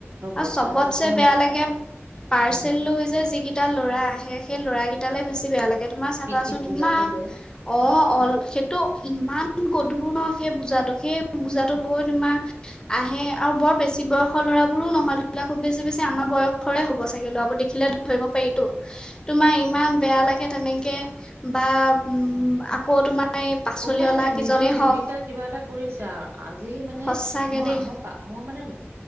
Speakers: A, on the left (about 20°); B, on the right (about 60°).
A: আৰু
B: বতাহ
A: চবতছে
B: জাকো
A: বেয়া লাগে পাৰ্চেল
B: উম
A: লৈ যে যিকেই টা লৰা আহে সেই ল'ৰা কেইটালৈ বেছি বেয়া লাগে তোমাৰ চাবাচোন
B: পিঠিত
A: ইমান
B: বোজাটো লৈ
A: অ অল সেইটো ইমান গধুৰ নহ সেই বূজাটো সেই বূজাটো লৈ তোমাৰ আহে আৰু বৰ বেছি বয়সৰ ল'ৰাবোৰো নহয় ধৰি লোৱা খুব বেছি বেছি আমাৰ বয়সৰে হবগে ল'ৰাবোৰ দেখি লে ধৰিব পাৰিতো তোমাৰ ইমান বেয়া লাগে তেনেকে বা আকৌ তোমাৰ এই পাচলিঅলা
B: উপায় নাই
A: কিজনেই
B: নিজৰ জীৱিকা
A: হওক
B: কিবা এটা কৰিছে আৰু আজি মানে
A: সঁচাকে
B: মই
A: দেই
B: মই মই মানে